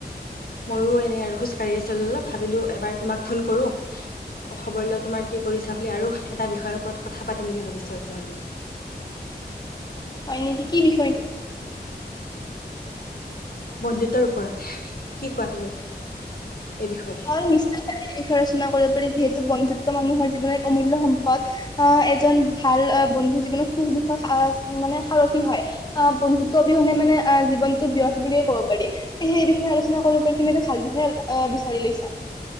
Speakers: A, on the left (about 60°); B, on the left (about 25°).
A: ময়ো এনেই আৰু খোজকাঢ়ি আছিলো অলপ। ভাবিলোঁ এবাৰ তোমাক ফোন কৰোঁ। খবৰ ল তোমাৰ কি কৰিছা বুলি আৰু এটা বিষয়ৰ ওপৰত কথা পাতিম বুলি ভাবিছো আজি মানে।
B: হয় নেকি কি বিষয়টো?
A: বন্ধুত্বৰ ওপৰত কি কোৱা তুমি? এই বিষয়ে?
B: হয় নিশ্চয় চ বিষয়ে ৰচনা কৰি- যিহেতু বন্ধুত্ব মানুহৰ জীৱনৰ অমূল্য সম্পদ আহ এজন ভাল বন্ধু জীৱনত সুখ দুখৰ মানে সাৰথী হয় আহ বন্ধুত্ব অবিহনে মানে আহ জীৱটো ব্যৰ্থ বুলিয় কব পাৰি স সেই বিষয়ে আলোচনা কৰিব পাৰি তুমিটো ভাল বিষয়ে- আহ ভাল লৈছা।